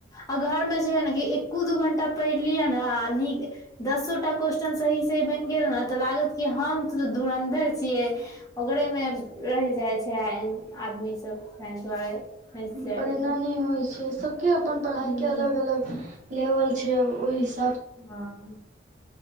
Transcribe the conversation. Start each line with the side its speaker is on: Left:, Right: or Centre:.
Left: आ घरमे जे ह ने एको दू घंटा पढ़ि लिय ने आ नीक दसोटा क्वेस्चन सही सही बनि गेल ने तऽ लागत क हम तऽ धुरन्धर छियै ओरे मे रहि जाइ छै आदमी सब तैं दुआरे फँसि जाइ
Right: पर एना
Left: छै
Right: नहि होइ छै सबके अपन पढ़ाइके
Left: हूँ
Right: अलग अलग लेवल छै आब ओहिसँ
Left: हँ